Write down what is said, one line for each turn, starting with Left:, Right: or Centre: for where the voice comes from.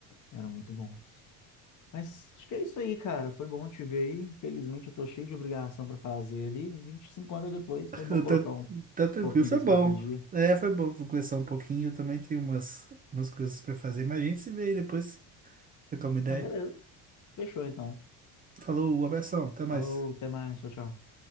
Left: Eram muito bons. Mas acho que é isso aí, cara. Foi bom te ver aí. Infelizmente eu tô cheio de obrigação pra fazer ali. A gente se encontra depois. Foi
Right: <laughs>
Left: bom
Right: Eu
Left: colocar
Right: Tá,
Left: um
Right: tá tranquilo,
Left: pouquinho
Right: foi
Left: desse
Right: bom.
Left: papo em dia.
Right: É, foi bom conversar um pouquinho. Eu também tenho umas, umas coisas pra fazer, mas a gente se vê aí depois, trocar uma ideia.
Left: Não, beleza. Fechou então.
Right: Falou, abração, até mais.
Left: Falou, até mais. Tchau, tchau.